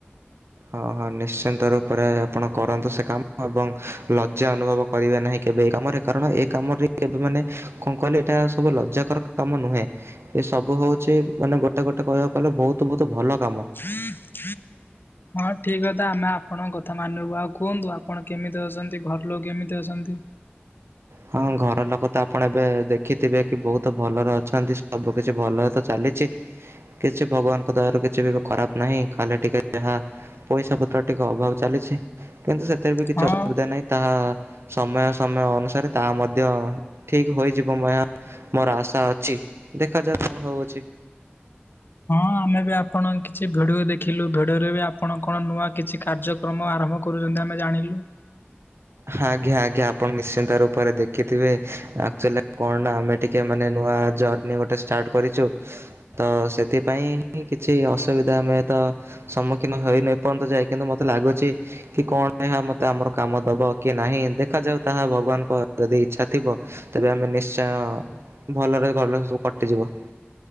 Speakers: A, on the right; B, on the left.
A: ହଁ ହଁ ନିଶ୍ଚିନ୍ତ ରୂପରେ ଆପଣ କରନ୍ତୁ ସେ କାମ ଏବଂ ଲଜ୍ଜା ଅନୁଭବ କରିବା ନାହିଁ କେବେ ଏ କାମରେ କାରଣ ଏ କାମରେ କେବେ ମାନେ କଁଅ କହିଲେ ଏଟା ସବୁ ଲଜ୍ଜାକର କା କାମ ନୁହେଁ ଏ ସବୁ ହଉଛି ମାନେ ଗୋଟେ ଗୋଟେ କହିବାକୁ ଗଲେ ବହୁତୁ ବହୁତୁ ଭଲ କାମ।
B: <inaudible> ହଁ ଠିକ୍ କଥା ଆମେ ଆପଣଙ୍କ କଥା ମାନିବୁ ଆଉ କୁହନ୍ତୁ ଆପଣ କେମିତି ଅଛନ୍ତି ଘରଲୋକ କେମିତି ଅଛନ୍ତି?
A: ହଁ ଘର ଲୋକ ତ ଆପଣ ଏବେ ଦେଖିଥିବେ କି ବହୁତ ଭଲରେ ଅଛନ୍ତି ସବୁ କିଛି ଭଲରେ ତ ଚାଲିଛି କିଛି ଭଗବାନଙ୍କ ଦୟାରୁ କିଛିବି ଏବେ ଖରାପ ନାହିଁ ଖାଲି ଟିକେ ଯାହା ପଇସା ପତ୍ର ଟିକେ ଅଭାବ ଚାଲିଛି କିନ୍ତୁ ସେଥିରେ ବି କିଛି
B: ହଁ।
A: ଅସୁବିଧା ନାହିଁ ତାହା ସମୟ ସମୟ ଅନୁସାରେ ତାହା ମଧ୍ୟ ଠିକ୍ ହୋଇଯିବ ମହୟା ମୋର ଆଶା ଅଛି ଦେଖାଯାଉ କଣ ହଉଚି
B: ହଁ ଆମେ ବି ଆପଣଙ୍କ କିଛି ଭିଡିଓ ଦେଖିଲୁ ଭିଡିଓରେ ବି ଆପଣ କଣ ନୂଆ କିଛି କାର୍ଯ୍ୟ କ୍ରମ ଆରମ୍ଭ କରୁଚନ୍ତି ଆମେ ଜାଣିଲୁ
A: ହା ଆଜ୍ଞା ଆଜ୍ଞା ଆପଣ ନିଶ୍ଚିନ୍ତ ରୂପରେ ଦେଖିଥିବେ ଆକୁଚାଲି କଣ ଆମେ ଟିକେ ମାନେ ନୂଆ ଜର୍ଣିି ଗୋଟେ ଷ୍ଟାର୍ଟ କରିଛୁ। ତ ସେଥିପାଇଁ ହିଁ କିଛି ଅସୁବିଧା ଆମେ ତ ସମ୍ମୁଖୀନ ହେଇନି ଏ ପର୍ଯ୍ୟନ୍ତ ଯା କିନ୍ତୁ ମତେ ଲାଗୁଛି କି କଣ ଏହା ମତେ ଆମର କାମ ଦବ। କି ନାହିଁ ଦେଖାଯାଉ ତାହା ଭଗବାନଙ୍କ ଯଦି ଇଚ୍ଛା ଥିବ ତେବେ ଆମେ ନିଶ୍ଚୟ ଭଲରେ ଗଲେ ସବୁ କଟିଯିବ।